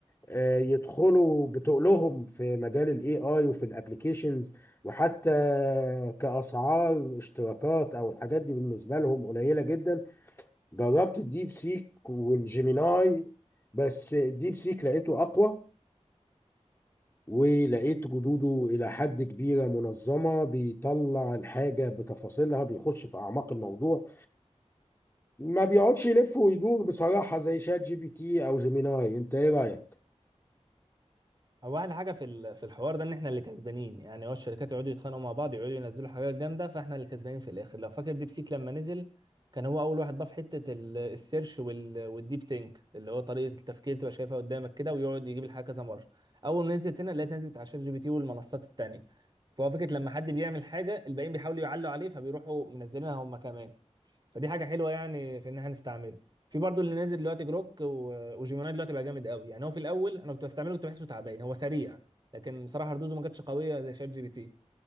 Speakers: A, on the left (about 20°); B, on the right (about 35°).
A: آه، يدخلوا بتقلهم في مجال الاي اي وفي الابليكيشنز وحتى كاسعار اشتراكات او الحاجات دي بالنسبه لهم قليله جدا جربت الديب سيك والجيميناي بس الديب سيك لقيته اقوى ولقيت جدوده الى حد كبيره منظمه بيطلع الحاجه بتفاصيلها بيخش في اعماق الموضوع ما بيقعدش يلف ويدور بصراحه زي شات جي بي تي او جيميناي انت ايه رايك
B: هو احلى حاجه في ال- في الحوار ده ان احنا اللي كسبانين يعني هو الشركات يقعدوا يتخانقوا مع بعض يقعدوا ينزلوا حاجات جامده فاحنا اللي كسبانين في الاخر لو فاكر ديب سيك لما نزل كان هو اول واحد ضاف حته ال- السيرش وال- والديب ثينك اللي هو طريقه التفكير تبقى شايفها قدامك كده ويقعد يجيب الحاجه كذا مره اول ما نزلت هنا لقيت نزلت على شات جي بي تي والمنصات التانيه فهو فكره لما حد بيعمل حاجه الباقيين بيحاولوا يعلوا عليه فبيروحوا منزلينها هم كمان فدي حاجه حلوه يعني في ان احنا نستعمله في برضو اللي نازل دلوقتي جروك و- وجيميناي دلوقتي بقى جامد قوي يعني هو في الاول انا كنت بستعمله كنت بحسه تعبان هو سريع لكن بصراحه ردوده ما كانتش قويه زي شات جي بي تي